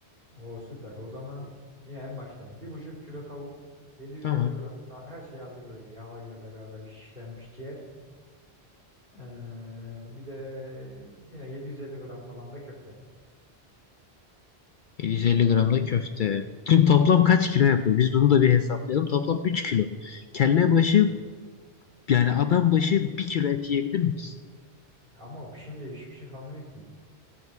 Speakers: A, on the right (about 55°); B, on the left (about 60°).
A: O süper. O zaman yine en baştan. bir buçuk kilo tavuk. 750
B: Tamam.
A: gram da her şey hazır böyle. Yağıyla beraber şişlenmiş ciğer. Ee, bir de yine 750 gram falan da köfte.
B: 750 gram da köfte. Şimdi toplam kaç kilo yapıyor? Biz bunu da bir hesaplayalım. Toplam 3 kilo. Kelle başı
A: Evet.
B: yani adam başı bir kilo et yiyebilir miyiz?
A: Ya ama o pişince hiçbir şey kalmıyor ki.